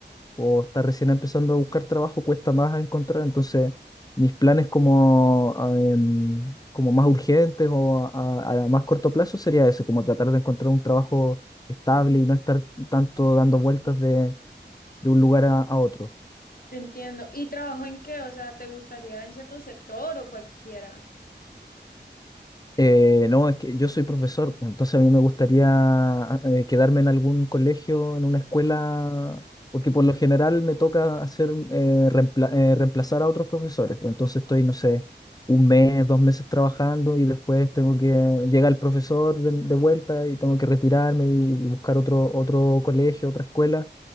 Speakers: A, on the left (about 20°); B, on the left (about 50°).
A: o está recién empezando a buscar trabajo, cuesta más encontrar. Entonces, mis planes como, ah, em, como más urgentes o a, a- a más corto plazo sería eso, como tratar de encontrar un trabajo estable y no estar tanto dando vueltas de, de un lugar a, a otro.
B: entiendo. ¿Y trabajo en qué? O sea, ¿te gustaría en cierto sector o cualquiera?
A: Eh, no, es que yo soy profesor, pues, entonces a mí me gustaría ah, eh, quedarme en algún colegio, en una escuela, porque por lo general me toca hacer eh, reempla- eh, reemplazar a otros profesores. pues, entonces estoy, no sé, un mes, dos meses trabajando y después tengo que llega el profesor de, de vuelta y tengo que retirarme y buscar otro, otro colegio, otra escuela.